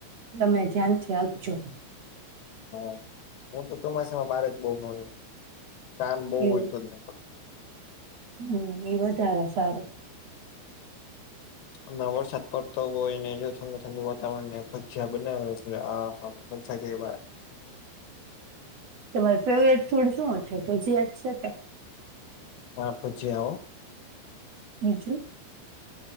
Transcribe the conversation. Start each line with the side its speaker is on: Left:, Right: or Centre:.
Right: તમે ધ્યાનથી આપજો.
Left: હા હું તો તમારીસામાં બાર જ બહ ન કામ બહ
Right: એવું
Left: હોયતું જ નહી.
Right: હમ એ વધારે સારું.
Left: હમ વરસાદ પડતો હોય ને જો ઠંડુ ઠડુ વાતાવરણ ભજીયા બનાવેા. થગવા. હમ.
Right: તમાર ફેવરટ ફૂડ શું છે તોજી યાદ છે કે.
Left: હા પુજી આવ.
Right: બીજું.